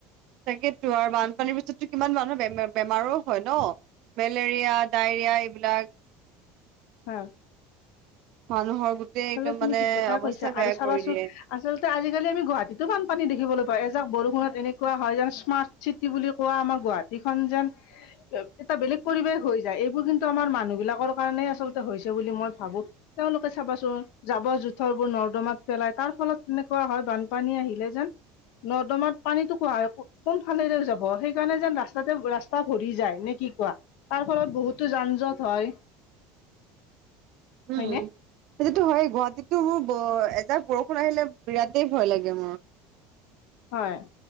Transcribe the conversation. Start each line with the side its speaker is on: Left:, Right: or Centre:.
Right: তাকেতো আৰু বানপানীৰ পিছতো কিমান মানুহ বেম বেমাৰো হয় ন মেলেৰিয়া ডায়ৰিয়া এইবিলাক।
Left: অ'।
Right: মানুহৰ গোটেই
Left: আচলতে
Right: একদম
Left: তুমি
Right: মানে
Left: ঠিক কথাই
Right: অৱস্থা
Left: কৈছ
Right: বেয়া
Left: আৰু চাবাচোন
Right: কৰি দিয়ে
Left: আচলতে আজিকালি আমি গুৱাহাটীতো বানপানী দেখিবলৈ পাওঁ এজাক বৰষুণত। তেনেকুৱা হয় যেন স্মাৰ্ট চিটি বুলি কোৱা আমাৰ গুৱাহাটীখন যেন এটা বেলেগ পৰিৱেশ হৈ যায় এইবোৰ কিন্তু আমাৰ মানুহ বিলাকৰ কাৰণে আচলতে হৈছে বুলি মই ভাবো। তেওঁলোকে চাবাচোন। জাবৰ জোথৰ বোৰ নৰ্দমাত পেলাই তাৰ ফলত তেনেকুৱা হয় বানপানী আহিলে যেন। নৰ্দমাত পানীতটো কোহায় কোন ফালেৰে যাব সেইকাৰণে যেন ৰাস্তাতে ৰাস্তা ভৰি যায় নেকি? কি কোৱা তাৰ ফলত বহুতো যান জঁট হয়।
Right: উম।
Left: হয়নে
Right: সেইটোতো হয় গুৱাহাটীততো মোৰ এজাক বৰষুণ আহিলে বিৰাটেই ভয় লাগে মোৰ।
Left: হয়